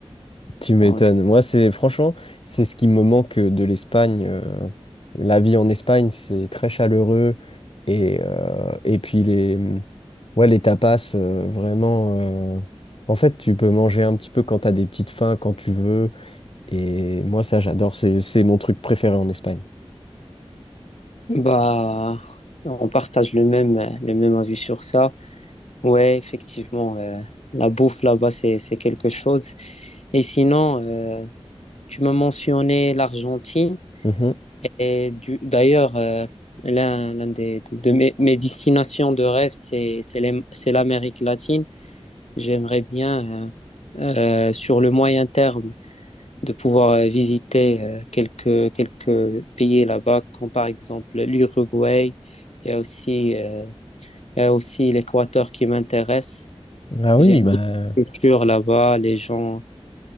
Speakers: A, on the left (about 55°); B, on the left (about 80°).
A: Tu m'étonnes.
B: Donc,
A: Moi, c'est franchement, c'est ce qui me manque de l'Espagne. euh, la vie en Espagne, c'est très chaleureux et euh, et puis les ouais les tapas euh, vraiment. euh, en fait, tu peux manger un petit peu quand t'as des petites faims, quand tu veux. Et moi, ça, j'adore. C'est c'est mon truc préféré en Espagne.
B: Bah, on partage le même, euh, le même avis sur ça. Ouais, effectivement, euh, la bouffe là-bas, c'est, c'est quelque chose. Et sinon, euh, tu m'as mentionné l'Argentine.
A: Mhm.
B: Et du- d'ailleurs, euh, l'un, l'un des, de mes, mes destinations de rêve, c'est, c'est l'Am- c'est l'Amérique latine. J'aimerais bien, euh, euh, sur le moyen terme, de pouvoir euh, visiter euh, quelques, quelques pays là-bas, comme par exemple l'Uruguay. Il y a aussi, euh, il y a aussi l'Équateur qui m'intéresse.
A: Ah
B: J'aime
A: oui,
B: bien
A: bah.
B: la culture là-bas, les gens.